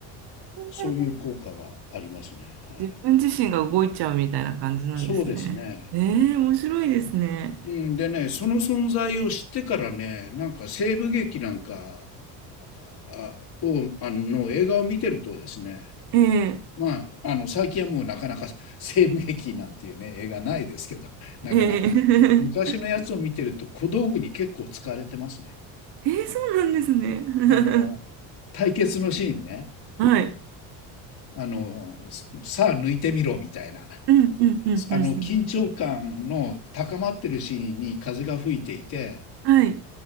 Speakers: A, on the right (about 60°); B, on the left (about 55°).
A: え
B: そういう効果がありますね。はい。
A: 自分自身が動いちゃうみたいな感じなんですね。
B: そうですね。
A: ええ面白いですね。
B: うんでね、その存在を知ってからね、なんか西部劇なんかあを、あの映画を見てるとですね、
A: ええ
B: まあ、あの、最近はもうなかなか <laughs> 西部劇なんていうね、映画ないですけど、なかなか。
A: ええ
B: 昔のやつを見てると小道具に結構使われてますね。
A: <laughs> ええそうなんですね。<laughs>
B: あの、対決のシーンね。
A: はい。
B: あの、さあ抜いてみろみたいな。
A: うんうんうんうん。
B: あの、緊張感の高まってるシーンに風が吹いていて、
A: はい。